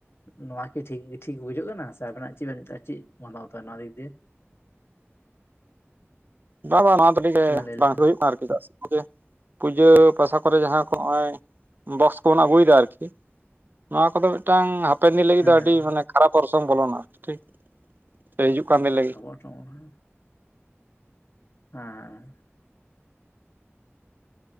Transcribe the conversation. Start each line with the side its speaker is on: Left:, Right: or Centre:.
Left: ᱱᱚᱣᱟ ᱠᱤ ᱴᱷᱤᱠ ᱴᱷᱤᱠ ᱵᱩᱡᱷᱟᱹᱜ ᱠᱟᱱᱟ ᱥᱮ ᱟᱵᱮᱱᱟᱜ ᱪᱮᱫ ᱵᱮᱱ ᱪᱮᱫ ᱢᱚᱱᱵᱷᱟᱵ ᱱᱚᱣᱟ ᱤᱫᱠ ᱫᱤᱭᱮ?
Right: ᱵᱟ ᱵᱟᱝ ᱱᱚᱣᱟ <unintelligible> ᱜᱮ
Left: ᱠᱟᱹᱴᱤᱡ ᱞᱟᱹᱭ
Right: ᱵᱟᱝ
Left: ᱞᱮᱠᱷᱟᱱ
Right: ᱦᱩᱭᱩᱜᱼᱟ ᱠᱟᱱᱟ ᱟᱨᱠᱤ ᱪᱮᱫᱟᱜ ᱥᱮ ᱯᱩᱡᱟᱹ ᱯᱟᱥᱟ ᱠᱚᱨᱮ ᱡᱟᱦᱟᱸ ᱠᱚ ᱱᱚᱜᱼᱚᱭ ᱵᱚᱠᱚᱥ ᱠᱚᱵᱚᱱ ᱟᱹᱜᱩᱭᱮᱫᱟ ᱟᱨᱠᱤ ᱱᱚᱣᱟ ᱠᱚᱫᱚ ᱢᱤᱫᱴᱟᱝ ᱦᱟᱯᱮᱱ ᱫᱤᱱ ᱞᱟᱹᱜᱤᱫ
Left: ᱦᱮᱸ
Right: ᱫᱚ ᱟᱹᱰᱤ ᱢᱟᱱᱮ ᱠᱷᱟᱨᱟᱯ ᱚᱨᱥᱚᱝ ᱵᱚᱞᱚᱱᱟ ᱴᱷᱤᱠ ᱥᱮ ᱦᱤᱡᱩᱜ ᱠᱟᱱ ᱫᱤᱱ ᱞᱟᱹᱜᱤᱫ ᱾
Left: ᱯᱚᱴᱚᱢ ᱚᱱᱟ ᱦᱮᱸᱻ